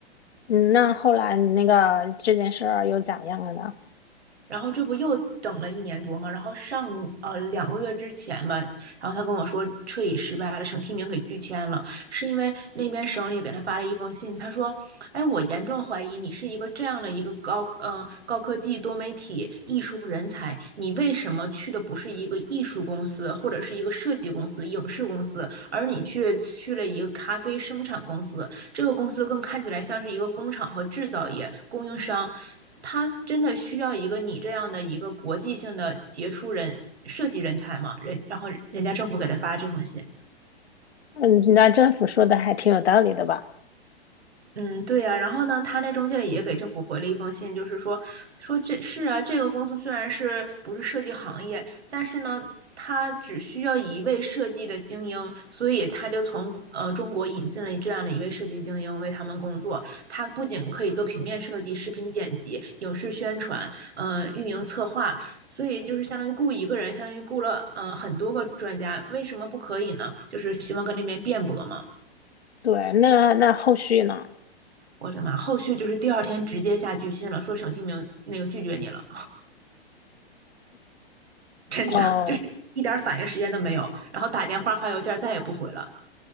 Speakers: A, on the left; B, on the right.
A: 嗯，那后来你那个这件事儿又咋样了呢？
B: 然后这不又等了一年多嘛，然后上呃两个月之前吧，然后他跟我说彻底失败了，省提名给拒签了，是因为那边省里给他发了一封信，他说，哎，我严重怀疑你是一个这样的一个高呃高科技多媒体艺术人才，你为什么去的不是一个艺术公司或者是一个设计公司、影视公司，而你却去了一个咖啡生产公司？这个公司更看起来像是一个工厂和制造业供应商，他真的需要一个你这样的一个国际性的杰出人设计人才吗？人，然后人家政府给他发了这封信。
A: 嗯，那政府说的还挺有道理的吧？
B: 嗯，对呀，然后呢，他那中介也给政府回了一封信，就是说，说这是啊，这个公司虽然是不是设计行业，但是呢，他只需要一位设计的精英，所以他就从呃中国引进了这样的一位设计精英为他们工作。他不仅可以做平面设计、视频剪辑、影视宣传，呃，运营策划，所以就是相当于雇一个人，相当于雇了嗯、呃很多个专家，为什么不可以呢？就是希望跟那边辩驳嘛。
A: 对，那那后续呢？
B: 我的妈！后续就是第二天直接下拒信了，说沈清明那个拒绝你了，<laughs> 真的就是一点反应时间都没有，
A: 哦，
B: 然后打电话发邮件再也不回了。